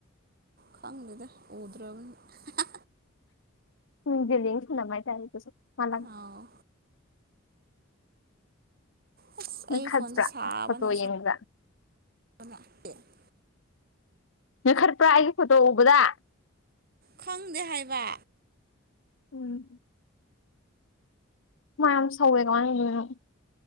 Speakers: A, on the right; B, on the left.
A: ꯈꯪꯗꯦꯗ ꯎꯗ꯭ꯔꯕꯅꯤꯅ
B: ꯃꯤꯡꯖꯦꯜꯂꯤꯡ ꯁꯥꯟꯅꯕ ꯍꯥꯏꯇꯥꯔꯦꯗꯁꯨ ꯃꯥꯂꯡ
A: ꯑꯥꯎ ꯑꯁ
B: ꯅꯣꯏꯈꯠꯄ꯭ꯔꯥ
A: ꯑꯩ ꯐꯣꯟꯁꯦ ꯁꯥꯕꯅ
B: ꯐꯣꯇꯣ ꯌꯦꯡꯕꯗꯥ
A: <unintelligible>
B: ꯅꯣꯏꯈꯠꯄ꯭ꯔꯥ ꯑꯩꯒꯤ ꯐꯣꯇꯣ ꯎꯕꯗꯥ
A: ꯈꯪꯗꯦ ꯍꯥꯏꯕ
B: ꯎꯝ ꯍꯨꯃꯥꯏ ꯌꯥꯝ ꯁꯧꯋꯦ ꯀꯃꯥꯏ ꯇꯧꯗꯣꯏꯅꯦ